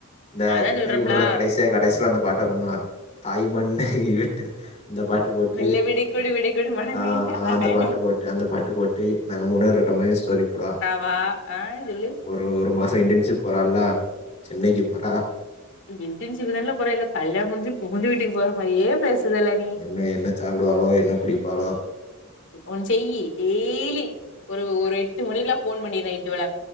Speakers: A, on the left; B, on the left.
A: இந்த
B: நா அதா
A: துப்பாக்கி
B: சொல்றேன்ல
A: படத்துல கடைசியா கடைசியில அந்த பாட்டு வரும்ல தாய் மண்ண விட்டு அந்த பாட் டு போட்டி
B: மெல்ல விடை கொடு விடை கொடு மனமே
A: ஆ
B: அதானே
A: அந்த பாட்டு போட்டு அந்த பாட்டு போட்டி நாங்க மூணு பேரு இருக்க மாரி ஸ்டோரி போடா
B: வா ஆ சொல்லு
A: ஒரு ஒரு மாச இன்டர்ன்ஷிப் போரான்ல சென்னைக்கு போறா
B: இன்டர்ன்ஷப் தானல போறா இல்ல கல்யாணம் முஞ்சு புகுந்து வீட்டுக்கு போற மாரியே பேசுதுல்ல நீ
A: என்ன என்ன சாப்டுவாலோ என்ன குடிப்பாலோ
B: ஒன் செய்யி டெய்லி ஒரு ஒரு எட்டு மணிக்குல்லா போன் பண்ணியிரு நைட்டு வல